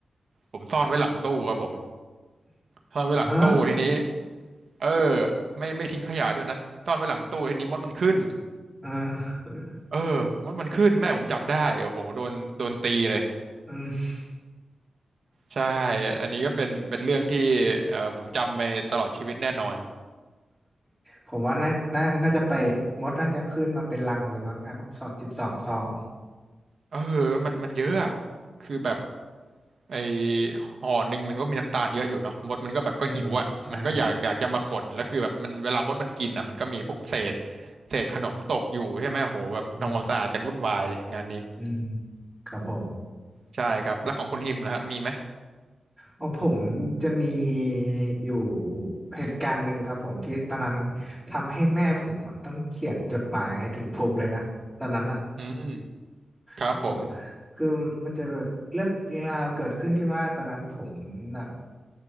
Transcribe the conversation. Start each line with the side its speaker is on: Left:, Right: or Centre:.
Right: ผมซ่อนไว้หลังตู้ครับผมซ่อนไว้หลังตู้ทีนี้
Centre: <laughs>
Right: เออไม่ไม่ทิ้งขยะด้วยนะซ่อนไว้หลังตู้ทีนี้มดมันขึ้น
Centre: เออ
Right: เออมดมันขึ้นแม่ผมจับได้โอ้โหโดนโดนตีเลย
Centre: อืม
Right: ใช่อันนี้ก็เป็นเป็นเรื่องที่เออผมจำไปตลอดชีวิตแน่นอน
Centre: ผมว่าน่าน่าน่าจะไปมดน่าจะขึ้นมาเป็นรังเลยมั้งครับสองสิบสองซอง
Right: เออมันมันเยอะอะคือแบบไอห่อหนึ่งมันก็มีน้ำตาลเยอะอยู่เนาะมดมันก็แบบก็หิวอ่ะมันก็อยากอยากจะมาขนแล้วคือแบบมันเวลามดมันกินอ่ะมันก็มีพวกเศษ
Centre: อืมใช่ครับ
Right: เศษขนมตกอยู่ใช่ไหมโหแบบทำความสะอาดกันวุ่นวายเลยงานนี้
Centre: อืมอืมครับผม
Right: ใช่ครับแล้วของคุณฮิมนะฮะมีไหม
Centre: ของผมจะมีอยู่เหตุการณ์หนึ่งครับผมที่ตอนนั้นทำให้แม่ผมอะต้องเขียนจดหมายถึงผมเลยนะตอนนั้นอะ
Right: อืมครับผม
Centre: ครับผมคือมันจะแบบเรื่องราวเกิดขึ้นที่ว่าตอนนั้นผมแบบ